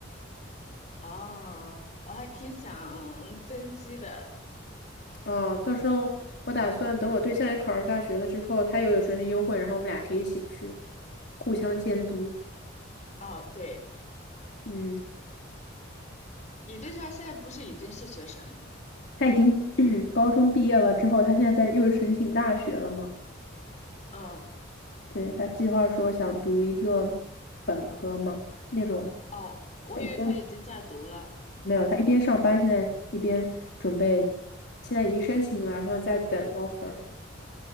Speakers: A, on the left (about 40°); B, on the left (about 60°).
A: 哦，我还挺想增肌的。
B: 啊，到时候我打算等我对象也考上大学了之后，他又有学生优惠，然后我们俩可以一起去，互相监督。
A: 哦，对，
B: 嗯，
A: 你对象现在不是已经是学生了吗？
B: 他已经 <clears throat> 高中毕业了之后，他现在在又申请大学了嘛？
A: 嗯，
B: 对，他计划说想读一个本科嘛，那种
A: 哦，我以为他已经在读了。
B: 他一边没有，他一边上班，现在一边准备，现在已经申请了，然后在等 offer。